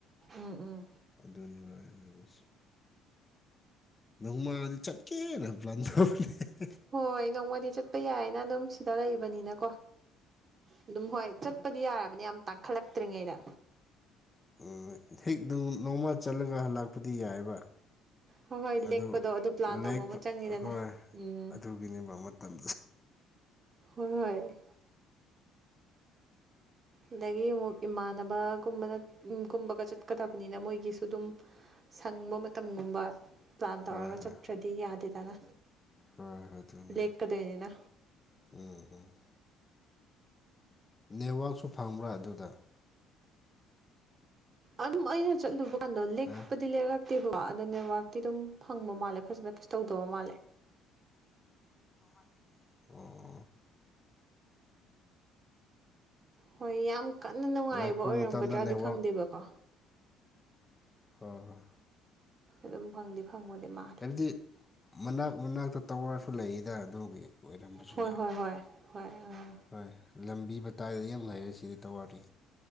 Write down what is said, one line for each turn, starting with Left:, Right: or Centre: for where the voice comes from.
Right: ꯎꯝ ꯎꯝ
Left: ꯑꯗꯨꯅꯦꯕ ꯑꯩꯅ ꯍꯥꯏꯕꯁꯦ ꯅꯣꯡꯃꯗꯤ ꯆꯠꯀꯦꯅ ꯄ꯭ꯂꯥꯟ ꯇꯧꯕꯅꯦ
Right: ꯍꯣꯏ ꯅꯣꯡꯃꯗꯤ ꯆꯠꯄ ꯌꯥꯏꯅ ꯑꯗꯨꯝ ꯁꯤꯗ ꯂꯩꯕꯅꯤꯅꯀꯣ ꯑꯗꯨꯝ ꯍꯣꯏ ꯆꯠꯄꯗꯤ ꯌꯥꯔꯕꯅꯤ ꯌꯥꯝ ꯇꯥꯡꯈꯠꯂꯛꯇ꯭ꯔꯤꯉꯩꯗ
Left: ꯎꯝ ꯍꯦꯛ ꯗꯄꯝ ꯅꯣꯡꯃ ꯆꯠꯂꯒ ꯍꯜꯂꯛꯄꯗꯤ ꯌꯥꯏꯕ
Right: ꯍꯣꯏ ꯍꯣꯏ
Left: ꯑꯗꯨ
Right: ꯂꯦꯛꯄꯗꯣ ꯄ꯭ꯂꯥꯟ ꯇꯧꯕ
Left: ꯂꯄ
Right: ꯑꯃ ꯆꯪꯉꯤꯗꯅ
Left: ꯍꯣꯏ
Right: ꯎꯝ
Left: ꯑꯗꯨꯒꯤꯅꯦꯕ ꯃꯇꯝ
Right: ꯍꯣꯏ ꯍꯣꯏ ꯑꯗꯒꯤ ꯑꯃꯨꯛ ꯏꯃꯥꯟꯅꯕ ꯀꯨꯝꯕꯗ ꯀꯨꯝꯕꯒ ꯆꯠꯀꯗꯕꯅꯤꯅ ꯃꯣꯏꯒꯤꯁꯨ ꯑꯗꯨꯝ ꯁꯪꯕ ꯃꯇꯝꯒꯨꯝꯕ ꯄ꯭ꯂꯥꯟ ꯇꯧꯔꯒ
Left: ꯍꯣꯏ ꯍꯣꯏ
Right: ꯆꯠꯇ꯭ꯔꯗꯤ
Left: ꯍꯣꯏ
Right: ꯌꯥꯗꯦꯗꯅ
Left: ꯍꯣꯏ ꯑꯗꯨꯅꯦ
Right: ꯂꯦꯛꯀꯗꯣꯏꯅꯦꯅ
Left: ꯎꯝ ꯎꯝ ꯅꯦꯠꯋꯥꯛꯁꯨ ꯐꯪꯕ꯭ꯔꯥ ꯑꯗꯨꯗ
Right: ꯑꯗꯨꯝ ꯑꯩꯅ ꯆꯠꯂꯨꯕ ꯀꯥꯟꯗꯣ ꯂꯦꯛꯄꯗꯤ
Left: ꯍꯥ
Right: ꯂꯦꯛꯂꯛꯇꯦꯕꯀꯣ ꯑꯗꯣ ꯅꯦꯠꯋꯥꯛꯇꯤ ꯑꯗꯨꯝ ꯐꯪꯕ ꯃꯥꯜꯂꯦ ꯐꯖꯅ ꯀꯩꯁꯨ ꯇꯧꯗꯧ ꯃꯥꯜꯂꯦ
Left: <unintelligible> ꯑꯣ ꯑꯣ
Right: ꯍꯣꯏ ꯌꯥꯝ ꯀꯟꯅ ꯅꯨꯡꯉꯥꯏꯕ
Left: ꯂꯥꯛꯄ
Right: ꯑꯣꯏꯔꯝꯒꯗ꯭ꯔꯗꯤ
Left: ꯃꯇꯝꯗ ꯅꯦꯠꯋꯥꯛ
Right: ꯈꯪꯗꯦꯕꯀꯣ
Left: ꯍꯣ ꯍꯣ
Right: ꯑꯗꯨꯝ ꯐꯪꯗꯤ ꯐꯪꯕꯗꯤ ꯃꯥꯟꯂꯤ
Left: ꯍꯥꯏꯗꯤ ꯃꯅꯥꯛ ꯃꯅꯥꯛꯇ ꯇꯋꯥꯔꯁꯨ ꯂꯩꯌꯦꯗ ꯑꯗꯨꯒꯤ ꯑꯣꯏꯔꯝꯕꯁꯨ
Right: ꯍꯣꯏ
Left: ꯌꯥꯏ
Right: ꯍꯣꯏ ꯍꯣꯏ ꯍꯣꯏ ꯑꯥ
Left: ꯍꯣꯏ ꯂꯝꯕꯤ ꯃꯇꯥꯏꯗꯗꯤ ꯌꯥꯝ ꯂꯩꯔꯦ ꯁꯤꯗꯤ ꯇꯧꯋꯔꯗꯤ